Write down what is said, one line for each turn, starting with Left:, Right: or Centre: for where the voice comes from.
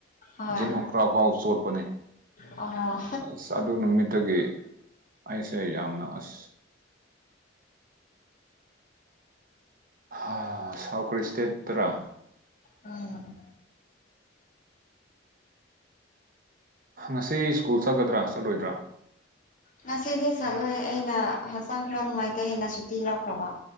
Left: ꯍꯣꯏ
Right: ꯖꯤꯟ ꯍꯨꯡꯀ꯭ꯔꯥꯎꯐꯥꯎ ꯆꯣꯠꯄꯅꯦ
Left: ꯑꯣ
Right: ꯑꯁ ꯑ ꯗꯨ ꯅꯨꯃꯤꯠꯇꯒꯤ ꯑꯩꯁꯦ ꯌꯥꯝꯅ ꯑꯁ ꯍꯥ ꯁꯥꯎ ꯀꯔꯤ ꯏꯁꯇꯦꯠꯇꯔꯥ
Left: ꯎꯝ
Right: ꯉꯁꯤ ꯁ꯭ꯀꯨꯜ ꯆꯠꯀꯗ꯭ꯔꯥ ꯆꯠꯂꯣꯏꯗ꯭ꯔꯥ
Left: ꯉꯁꯤꯗꯤ ꯆꯠꯂꯣꯏ ꯑꯩꯅ ꯍꯛꯆꯥꯡ ꯈ꯭ꯔ ꯅꯨꯡꯉꯥꯏꯇꯦ ꯍꯩꯅ ꯁꯨꯇꯤ ꯂꯧꯈ꯭ꯔꯕ